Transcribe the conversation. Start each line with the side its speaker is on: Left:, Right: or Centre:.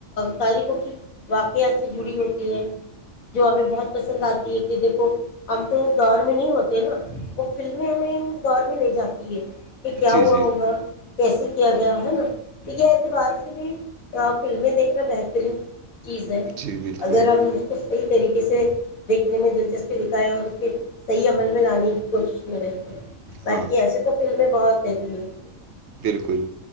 Left: تاریخوں کی واقعات سے جڑی ہوتی ہے جو ہمیں بہت پسند آتی ہے کہ دیکھو <unintelligible> اب تو اس دور میں نہیں ہوتے نا <unintelligible> وہ فلمیں ہمیں اس دور میں لے جاتی ہے <unintelligible> یہ کیا
Right: جی
Left: ہوا
Right: جی
Left: ہوگا <unintelligible> کیسے کیا گیا ہے نا یہ اعتبار سے بھی فلمیں دیکھنا بہترین تھی چیز ہے
Right: جی بالکل
Left: اگر ہم <unintelligible> صحیح طریقے سے دیکھنے میں دلچسپی دکھائی اور اس کے صحیح عمل میں لانی <unintelligible> کوشش میں رہتے ہیں باقی
Right: ہاں
Left: ایسے تو فلمیں بھی <unintelligible> بہت ہے دنیا کی <unintelligible>
Right: بالکل